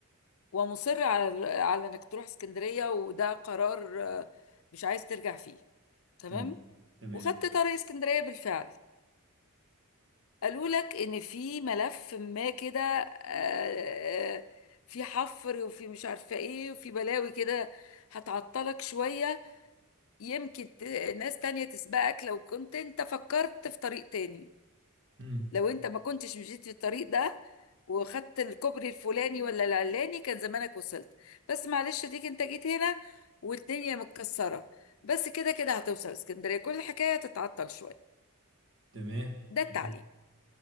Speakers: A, on the left (about 65°); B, on the right (about 55°).
A: ومصر على على انك تروح اسكندرية وده قرار آه، مش عايز ترجع فيه تمام
B: تمام تمام
A: وخدت طريق اسكندرية بالفعل قالوا لك ان في ملف ما كده آه، آه، في حفر وفي مش عارفة ايه وفي بلاوي كده هتعطلك شوية يمكن ت- ناس تانية تسبقك لو كنت انت فكرت في طريق تاني
B: مم.
A: لو انت ما كنتش مشيت في الطريق ده وخدت الكوبري الفلاني ولا العلاني كان زمانك وصلت بس معلش ديك انت جيت هنا والدنيا متكسرة بس كده كده هتوصل اسكندرية كل الحكاية تتعطل شوية
B: تمام
A: ده التعليم
B: تمام